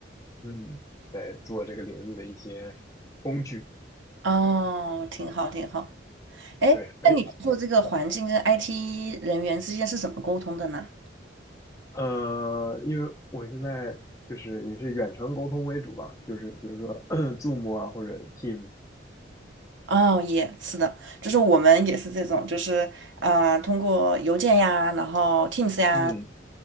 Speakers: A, on the left; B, on the right.
A: 嗯，做这个领域的一些工具。
B: 哦，挺好挺好。哎，
A: 对，
B: 那你做这个环境跟
A: 哎，
B: IT 人员之间是怎么沟通的呢？
A: 呃，因为我现在就是也是远程沟通为主吧，就是比如说 <clears throat> Zoom 啊或者 Teams，
B: 哦，也是的，就是我们也是这种，就是啊、呃通过邮件呀，然后 Teams 呀。
A: 嗯。